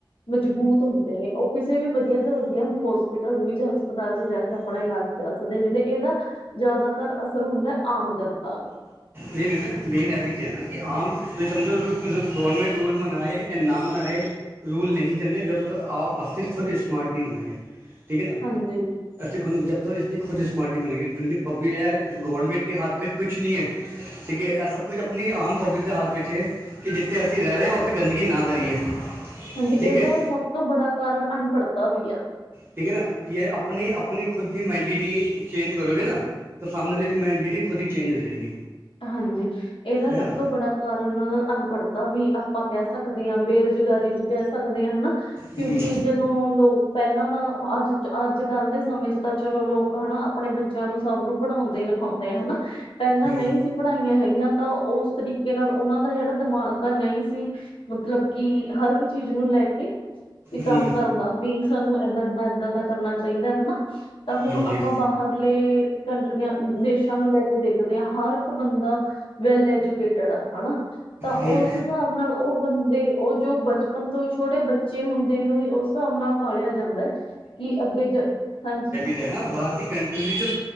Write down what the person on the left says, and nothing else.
ਮਜ਼ਬੂਤ ਹੁੰਦੇ ਨੇ, ਉਹ ਕਿਸੇ ਵੀ ਵਧੀਆ ਤੋਂ ਵਧੀਆ ਹੋਸਪਿਟਲ ਵਿੱਚ, ਹਸਪਤਾਲ ਚ ਜਾ ਕੇ ਅਪਣਾ ਇਲਾਜ ਕਰਾ ਸਕਦੇ ਜਿਹੜੇ ਇਹਦਾ ਜ਼ਿਆਦਾਤਰ ਅਸਰ ਹੁੰਦਾ ਆਮ ਜਨਤਾ ਨੂੰ।
ਹਾਂਜੀ।
ਹਾਂਜੀ, ਇਹਦਾ
ਸਭ ਤੋਂ ਬੜਾ ਕਾਰਨ ਅਨਪੜ੍ਹਤਾ ਵੀ ਆ।
ਹਾਂਜੀ। ਏਦਾ
ਸਭ
ਤੋਂ ਬੜਾ ਕਾਰਨ ਅਨਪੜ੍ਹਤਾ ਵੀ ਆਪਾਂ ਕੈ ਸਕਦੇ ਆਂ, ਬੇਰੁਜ਼ਗਾਰੀ ਵੀ ਕੈ ਸ ਸਕਦੇ ਆਂ ਹਨਾ। ਕਿਉਂਕਿ,
ਜਦੋਂ ਲੋਕ ਪੈਲਾਂ ਤਾਂ, ਅੱਜ ਅੱਜ-ਕੱਲ੍ਹ ਦੇ ਸਮੇਂ ਚ ਤਾਂ ਚਲੋ ਲੋਕ ਹਨਾ ਅਪਣੇ ਬੱਚਿਆਂ ਨੂੰ ਸਭ ਨੂੰ ਪੜ੍ਹੋਦੇ ਹੁੰਦੇ ਆ ਹਨਾ। ਪੈਲਾਂ
ਨਹੀਂ ਪੜ੍ਹਾਈਆਂ ਹੈਗੀਆਂ ਤਾਂ, ਓਸ ਤਰੀਕੇ ਨਾਲ ਔਨਾਂ ਦਾ ਜੇੜਾ ਦਿਮਾਗ ਆ ਨਹੀਂ ਸੀ ਮਤਲਬ ਕਿ ਹਰ ਅਕ ਚੀਜ਼ ਨੂੰ ਲੈ ਕੇ ਵੀ ਕੰਮ
ਕਰਦਾ। ਵੀ ਸਾਨੂੰ ਏਦਾਂ ਏਦਾਂ ਏਦਾਂ ਦਾ ਕਰਨਾ ਚਾਈਦਾ ਹਨਾ, ਤਾਂ ਹੁਣ
ਅਪਾਂ ਬਾਹਰਲੀ ਕੰਟਰੀਆਂ ਦੇਸ਼ਾਂ ਨੂੰ ਲੈ ਕੇ ਦੇਖਦੇ ਆ, ਹਰ ਇੱਕ ਬੰਦਾ ਵੈਲ ਐਜੂਕੇਟਡ ਆ ਹਨਾ। ਤਾਂ
ਔਸ ਹਿਸਾਬ ਨਾਲ ਓਹ ਬੰਦੇ ਔ ਜੋ ਬਚਪਨ ਤੋਂ ਈ ਛੋਟੇ ਬੱਚੇ ਹੁੰਦ ਦੇ ਨੂੰ ਈ ਔਸ ਸਾਬ ਨਾਲ ਪਾਲਿਆ ਜਾਂਦੈ, ਕਿ ਅੱਗੇ ਜ ਹਾਂਜੀ।